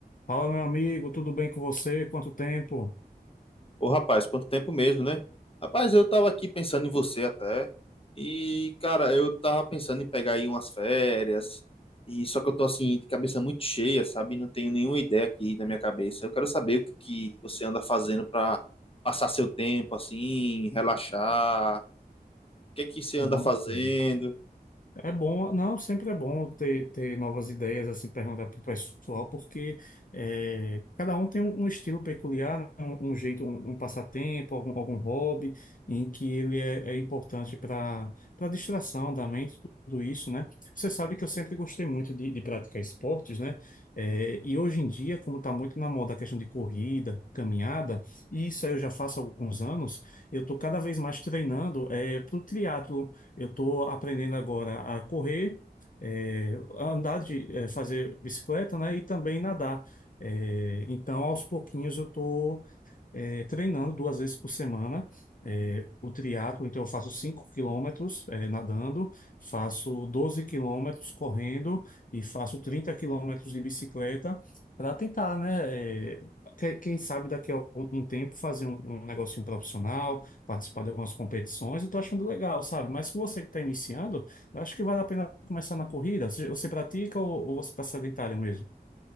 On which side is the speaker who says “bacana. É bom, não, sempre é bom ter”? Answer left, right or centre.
Left